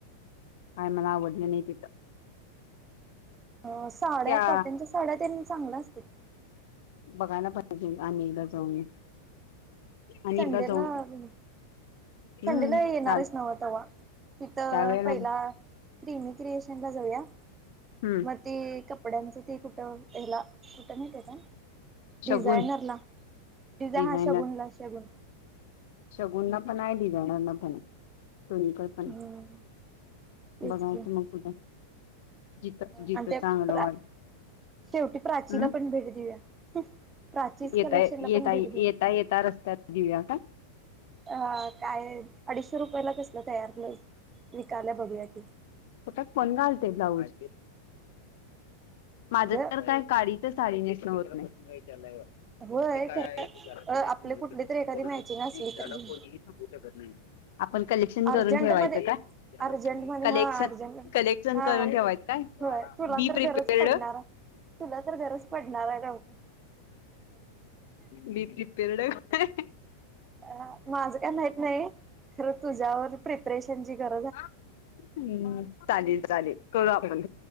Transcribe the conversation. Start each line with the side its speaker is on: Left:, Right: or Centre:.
Left: काय मला आवडलं नाही तिथं
Right: अ साड्या
Left: त्या
Right: कॉटनच्या साड्या त्यां चांगल्या असतात की
Left: बघायला पाहिजे आणि् एकदा जाऊन आणि
Right: सडेला
Left: एकदा जाऊन
Right: आवी
Left: हम्म
Right: संडेला येणारच
Left: चाल
Right: नव तेव्हा तिथं
Left: त्यावेेळेला
Right: पहिला क्रिमी क्रिएशन ला जाऊया
Left: हम्म
Right: मग ते कपड्यांच तेप तर त्याला कुठं नाही त्याचा डिझायनरला
Left: शगुन
Right: डिझानराला
Left: डिझायनर
Right: नाही शगुन ला शगुन
Left: शगुनला पण आहे डिझायनर पण आहे कणीक पण
Right: हम्म तेच
Left: बघायचं
Right: की
Left: मग कुठं जिथं जिथं
Right: आणि त्या
Left: चांगलं
Right: प्र
Left: वाट
Right: शेवटी प्राचीला
Left: हं
Right: पण भेट देऊया प्राचीज
Left: येता
Right: कलेक्शनला
Left: येता
Right: पण भेट देऊया
Left: येता येता रस्त्यात देऊया का
Right: ह काय अडीचशे रुपयला कसलं तयार न विकाल्या बघूया की
Left: फट पण घालते ब्लाज माझ
Right: अगं
Left: तर काय साडीतच साडी नेसणे होत नाही
Right: होय
Left: असे काय
Right: खरं
Left: आहे की ज्याला तुम्ही
Right: अ आपले
Left: थांबू शकत
Right: कुठली तरी एखादी
Left: कोणीही
Right: मॅचिंग असली
Left: झाड
Right: तर घेऊ
Left: कोणीही थांबू शकत नाही आपण कलेक्शन करून
Right: अर्जंट
Left: ठेवायचं
Right: मध्ये
Left: का
Right: अर्जंट मध्ये
Left: कलेक्शन
Right: हा अर्जंट
Left: कलेक्शन
Right: हा
Left: करून ठेवायच का
Right: होय तुला
Left: बी
Right: तर
Left: प्रिपेर्ड
Right: गरज पडणार तुला तर गरच पडणार का होत
Left: मी प्रिपेरड आहे
Right: अ माझं काय माहत नाही खरं तुझ्यावर प्रिपरेशनची गर
Left: हम् चालेल चालेल करू आपण